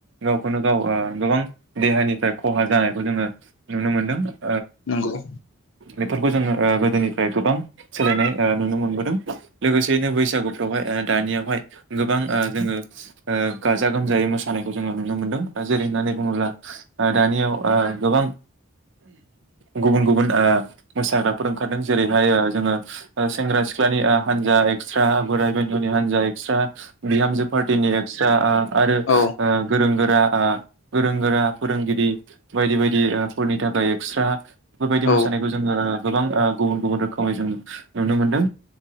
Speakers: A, on the right; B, on the left.
A: गावखौनो गाव ओ गोबां देहानि था खहा जानायखौ जोङो नुनो मोनो दां
B: नंगौ
A: बेफोरखौ जोङो ओ गोदोनिफ्राय गोबां सोलायनाय ओ नुनो मोनबोदों लोगोसेयैनो बैसागुफ्रावहाय दानियावहाय गोबां जोङो गाजा गोमजायै मोसानायखौ जोङो नुनो मोन्दों जेरै होननानै बुङोब्ला दानियाव गोबां गुबुन गुबुन मोसाग्राफोर ओंखारदों जेरैहाय जोङो सेंग्रा सिख्लानि हानजा एक्सट्रा बोराय बेन्थ'नि हानजा एक्सट्रा बिहामजो पार्टिनि एक्सट्रा आरो
B: औ
A: गोरों गोर गोरों गोरा फोरोंगिरि बायदि बायदि फोरनि थाखाय एक्सट्रा बेफोरबायदि
B: नंगौ औ
A: मोसानायखौ जोङो गोबां गुबुन गुबुन रोखोमै जों नुनो मोनदों